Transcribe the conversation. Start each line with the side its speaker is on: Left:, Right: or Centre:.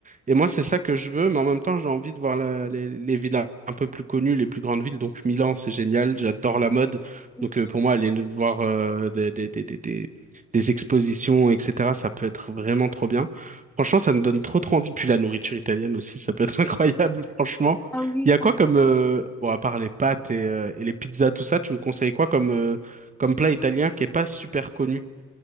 Right: Et moi c'est ça que je veux, mais en même temps j'ai envie de voir la- les, les villes un peu plus connues, les plus grandes villes. Donc Milan c'est génial, j'adore la mode.
Centre: mhm.
Right: Donc euh, pour moi, aller voir euh, des, des, des, des, des- des expositions, etc., ça peut être vraiment trop bien. Franchement, ça me donne trop trop envie. Puis la nourriture italienne aussi, ça peut être <laughs> incroyable, franchement.
Centre: Ah oui.
Right: Il y a quoi comme... euh, Bon, à part les pâtes et, euh, et les pizzas, tout ça, tu me conseilles quoi comme, euh, comme plat italien qui est pas super connu?